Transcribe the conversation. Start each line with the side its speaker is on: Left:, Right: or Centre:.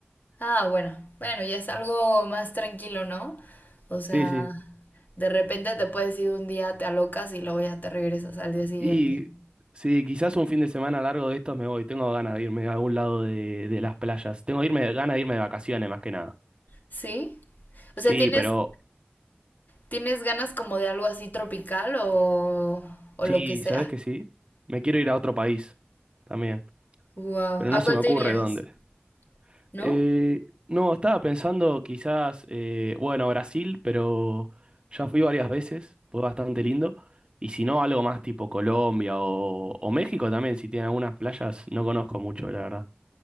Left: Ah, bueno, bueno, ya es algo más tranquilo, ¿no? O sea,
Right: Sí, sí.
Left: de repente te puedes ir un día, te alocas y luego ya te regresas al día siguiente.
Right: Y sí, quizás un fin de semana largo de estos me voy. Tengo ganas de irme a algún lado de, de las playas. Tengo irme, ganas de irme de vacaciones más que nada.
Left: ¿Sí?
Right: Sí,
Left: O sea, ¿tienes,
Right: pero
Left: tienes ganas como de algo así tropical o, o
Right: sí,
Left: lo que sea?
Right: ¿sabes qué sí? Me quiero ir a otro país también,
Left: Wow.
Right: pero
Left: ¿A
Right: no se
Left: cuál
Right: me
Left: te
Right: ocurre
Left: irías?
Right: dónde.
Left: ¿No?
Right: Eh, no, estaba pensando quizás, eh, bueno, Brasil, pero ya fui varias veces, fue bastante lindo. Y si no, algo más tipo Colombia o, o México también, si tiene algunas playas, no conozco mucho, la verdad.